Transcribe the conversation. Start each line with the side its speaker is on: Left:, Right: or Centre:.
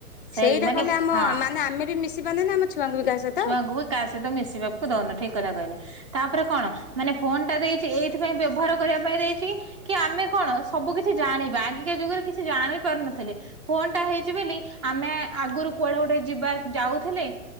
Right: ସେଇ
Left: ସେଇଟା
Right: ମାନେ
Left: କଲେ ଆମ
Right: ହଁ।
Left: ମାନେ ଆମେ ବି ମିଶି ପାରେନି ଆମ ଛୁଆଙ୍କୁ ବି କାହା ସ
Right: ଛୁଆଙ୍କୁ ବି କାହା ସହିତ ମିଶିବାକୁ ଦଉନେ ଠିକ୍ କଥା କହିଲେ। ତାପରେ କଣ ମାନେ ଫୋନ୍ ଟା ଦେଇଛି ଏଇଥିପାଇଁ ବ୍ୟବହାର କରିବା ପାଇଁ ଦେଇଛି କି କି ଆମେ କଣ ସବୁ କିଛି ଜାଣିବା ଆଗିକା ଯୁଗରେ କିଛି ଜାଣି ପାରୁନଥିଲେ। ଫୋନ୍ ଟା ହେଇଛି ବୋଲି ଆମେ ଆଗରୁ କୁଆଡେ ଗୋଟେ ଯିବା ଯାଉଥିଲେ।